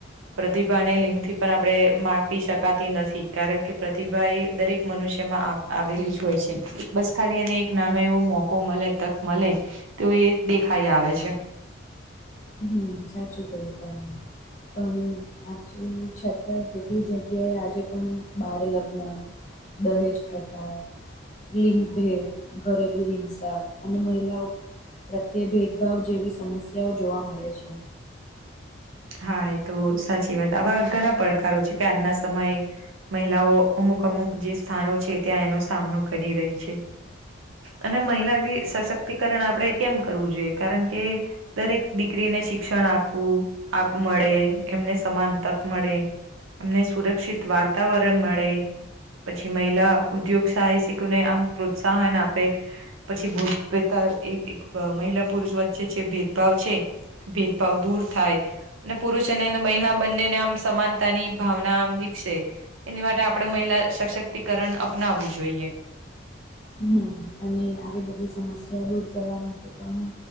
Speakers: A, on the right; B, on the left.
A: પ્રતિભાને લિંગથી પણ આપડે માપી શકાતી નથી કારણ કે પ્રતિભા એ દરેક મનુષ્યમાં આવેલી જ હોય છે બસ ખાલી એને એક નાનો એવો મોકો મલે તક મલે તો એ એક દેખાઈ આવે છે
B: હમ સાચું કહ્યું તમે પણ આજે છતાંયે કેટલી જગ્યાએ આજે પણ બાળ લગ્ન દહેજ પ્રથા લિંગ ભેદ ઘરેલુ હિંસા અને મહિલાઓ પ્રત્યે ભેદભાવ જેવી સમસ્યાઓ જોવા મળે છે
A: હા એ તો સાચી વાત આવા ઘણા પડકારો છે કે આજના સમયે મહિલાઓ અમુક અમુક જે સ્થાનો છે ત્યાં એનો સામનો કરી રહી છે અને મહિલા સશક્તિકરણ આપણે કેમ કરવું જોઈએ કારણ કે દરેક દીકરીને શિક્ષણ આપવું આપ મળે એમને સમાન તક મળે એમને સુરક્ષિત વાર્તાવરણ મળે પછી મહિલા ઉદ્યોગ સાહસિકોને આમ પ્રોત્સાહન આપે પછી ભૂતપેતા એ એક મહિલા પુરુષ વચ્ચે છે ભેદભાવ છે ભેદભાવ દૂર થાય અને પુરુષ અને મહિલા બંનેને આમ સમાનતાની ભાવના આમ વિકસે એની માટે આપડે મહિલા સશક્તિકરણ અપનાવવું જોઈએ
B: હમ અને આવી બધી સમસ્યાઓ દૂર કરવા માટે પણ